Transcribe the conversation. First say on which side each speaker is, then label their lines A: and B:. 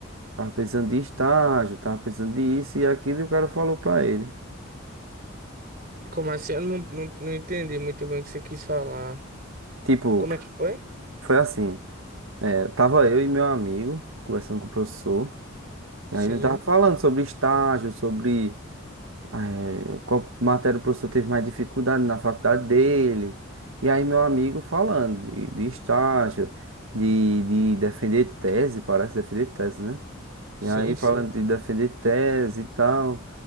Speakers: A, on the right; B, on the right.
A: tava precisando de estágio, tava precisando de isso e aquilo, e o cara falou pra ele.
B: Como assim? Eu não, não, não entendi muito bem o que você quis falar.
A: Tipo,
B: Como é que foi?
A: foi assim, é, tava eu e meu amigo conversando com o professor,
B: Sim,
A: e aí ele tava falando sobre estágio, sobre É, qual matéria o professor teve mais dificuldade na faculdade dele. E aí, meu amigo falando de, de estágio, de, de defender tese, parece defender tese, né? E
B: sim,
A: aí, falando
B: sim.
A: de defender tese e tal.